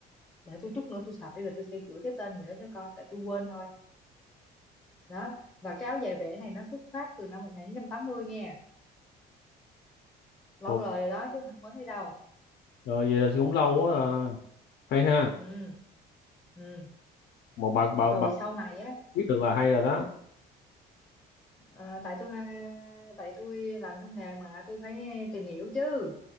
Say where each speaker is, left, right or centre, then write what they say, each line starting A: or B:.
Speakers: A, on the left (about 15°); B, on the left (about 65°).
A: để tôi chút nữa tôi sạch đi rồi tôi sẽ gửi cái tên người đó cho coi tại tôi quên thôi đó và cái áo dài vẽ này nó xuất phát từ năm 1980 nghe lâu
B: Ồ,
A: đời rồi đó chứ không phải mới đây đâu
B: rồi vậy là cũng lâu quá à. hay ha
A: ừ ừ
B: mà bà bà
A: rồi
B: bà
A: sau này á
B: biết được là hay rồi đó
A: ờ, tại tôi ờ, tại tôi làm trong nghề mà tôi phải tìm hiểu chứ